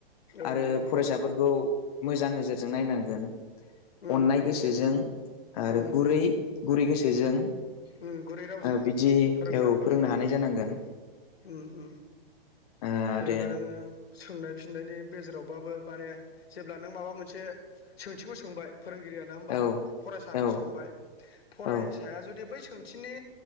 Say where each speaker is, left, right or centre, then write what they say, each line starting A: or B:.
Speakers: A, on the left; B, on the left.
A: औ
B: आरो
A: नंगौ
B: फरायसाफोरखौ मोजां नोजोरजों नायनांगोन
A: उम
B: अननाय गोसोजों आरो
A: उम
B: गुरै
A: उम
B: गुरै गोसोजों
A: उम गुरै रावजों
B: ओ बिदि
A: फोरोंनाय
B: औ फोरोंनो
A: उम
B: हानाय जानांगोन
A: उम उम
B: आरो
A: जेनेबा नोंङो सोंनाय फिननायनि गेजेरावबाबो माने जेब्ला नों माबा मोनसे सोंथिखौ सोंबाय फोरोंगिरिया नोंङा होमबा
B: औ
A: फरायसानाव
B: औ
A: सोंबाय फरायसाया
B: औ
A: जुदि बै सोंथिनि